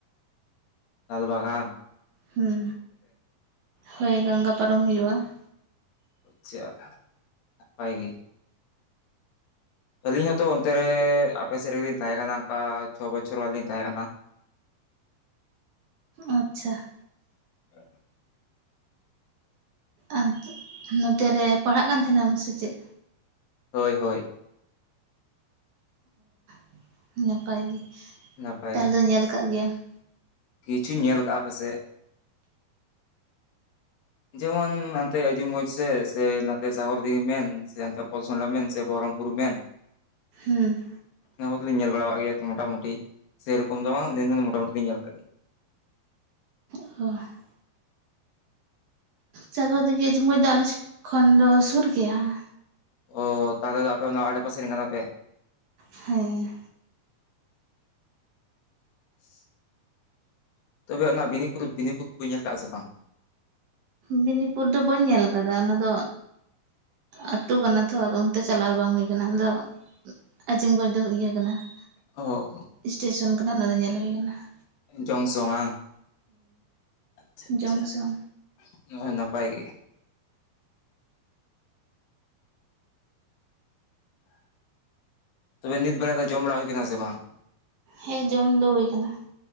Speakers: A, on the left; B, on the right.
A: ᱞᱟᱞᱵᱟᱜᱟᱱ
B: ᱦᱩᱸ ᱦᱳᱭ ᱜᱚᱝᱜᱟ ᱯᱟᱨᱚᱢ ᱦᱩᱭᱩᱜ-ᱟ ᱾
A: ᱪᱮᱫ ᱞᱮᱠᱟ ᱱᱟᱯᱟᱭ ᱜᱮ? ᱟᱞᱤᱧ ᱦᱚᱸᱛᱚ ᱚᱱᱛᱮ ᱨᱮ ᱟᱯᱮᱥᱮᱫ ᱨᱮᱞᱤᱧ ᱛᱟᱦᱮᱸ ᱠᱟᱱᱟ ᱚᱱᱠᱟ ᱪᱷᱚ ᱵᱚᱪᱷᱚᱨ ᱢᱟᱞᱤᱧ ᱛᱟᱦᱮᱸ ᱠᱟᱱᱟ ᱾
B: ᱟᱪᱪᱷᱟ ᱾
A: <inaudible>
B: ᱟᱫ ᱱᱚᱛᱮ ᱨᱮ ᱯᱟᱲᱦᱟᱜ ᱠᱟᱱ ᱛᱟᱦᱮᱱᱟᱢ ᱥᱮ ᱪᱮᱫ?
A: ᱦᱳᱭ, ᱦᱳᱭ ᱾
B: <inaudible> ᱱᱟᱯᱟᱭ ᱜᱮ
A: ᱱᱟᱯᱟᱭ
B: ᱛᱟᱦᱚᱞᱮ ᱫᱚ ᱧᱮᱞ ᱠᱟᱜ ᱜᱮᱭᱟᱢ ᱾
A: ᱠᱤᱪᱷᱩᱧ ᱧᱮᱞ ᱟᱠᱟᱜ-ᱟ ᱟᱯᱮᱥᱮᱫ ᱾ ᱡᱮᱢᱚᱱ ᱦᱟᱱᱛᱮ ᱟᱡᱤᱢᱜᱚᱡᱽ ᱥᱮᱫ ᱥᱮ ᱱᱚᱛᱮ ᱥᱟᱜᱚᱨ ᱫᱤᱜᱤ ᱢᱮᱱ ᱥᱮᱛᱮ ᱯᱚᱨᱥᱚᱱᱰᱟ ᱢᱮᱱ ᱥᱮ ᱵᱚᱦᱚᱨᱚᱢᱯᱩᱨ ᱢᱮᱱ <inaudible>
B: ᱦᱮᱸ ᱾
A: ᱚᱱᱟ ᱠᱚᱫᱚ ᱞᱤᱧ ᱧᱮᱞ ᱵᱟᱲᱟᱜ ᱜᱮᱭᱟ, ᱢᱚᱴᱟᱢᱩᱴᱤ ᱥᱮᱨᱚᱠᱚᱢ ᱫᱚ ᱵᱟᱝ ᱢᱚᱴᱟᱢᱩᱴᱤ ᱞᱤᱧ ᱧᱮᱞ ᱠᱟᱜ ᱜᱮᱭᱟ ᱾
B: <inaudible> ᱥᱟᱜᱚᱨ ᱫᱤᱜᱷᱤ, ᱟᱡᱤᱢᱜᱚᱡᱽ ᱫᱚ ᱟᱞᱮᱥᱮᱫ ᱠᱷᱚᱱ ᱫᱚ ᱥᱩᱨ ᱜᱮᱭᱟ ᱾
A: ᱚ ᱛᱟᱦᱚᱞᱮ ᱫᱚ ᱟᱯᱮ ᱚᱱᱟ ᱟᱰᱮᱯᱟᱥᱮᱱ ᱠᱟᱱᱟ ᱯᱮ ᱾
B: ᱦᱮᱸ ᱾
A: <inaudible> ᱛᱚᱵᱮ ᱚᱱᱟ ᱵᱤᱱᱤᱠ ᱵᱤᱱᱤᱯᱩᱨ ᱵᱟᱹᱧ ᱧᱮᱞ ᱟᱠᱟᱫᱼᱟ ᱥᱮ ᱵᱟᱝ?
B: ᱵᱮᱱᱤᱯᱩᱨ ᱫᱚ ᱵᱟᱹᱧ ᱧᱮᱞ ᱟᱠᱟᱫᱟ᱾ ᱚᱱᱟ ᱫᱚ ᱟᱹᱛᱩ ᱠᱟᱱᱟ ᱛᱚ ᱚᱱᱛᱮ ᱪᱟᱞᱟᱜᱣ ᱫᱚ ᱵᱟᱝ ᱦᱩᱭ ᱾ ᱟᱫᱚ ᱟᱹᱡᱤᱢᱜᱚᱡᱽ ᱫᱚ ᱤᱭᱟᱹ ᱠᱟᱱᱟ ᱾
A: ᱚ
B: ᱥᱴᱮᱥᱚᱱ ᱠᱟᱱᱟ ᱚᱱᱟ ᱫᱚ ᱧᱮᱞ ᱦᱩᱭ ᱟᱠᱟᱱᱟ ᱾
A: ᱡᱚᱝ ᱥᱚᱝᱼᱟ ᱟᱪᱪᱷᱟ,
B: ᱡᱚᱝᱥᱚᱱ
A: ᱟᱪᱪᱷᱟ, ᱱᱟᱯᱟᱭ ᱜᱮ ᱾ ᱛᱚᱵᱮ ᱱᱤᱛ ᱵᱮᱲᱟ ᱫᱚ ᱡᱚᱢ ᱵᱟᱲᱟ ᱦᱩᱭ ᱠᱟᱱᱟ ᱥᱮ ᱵᱟᱝ?
B: ᱦᱮᱸ ᱡᱚᱢ ᱫᱚ ᱦᱩᱭ ᱠᱟᱱᱟ ᱾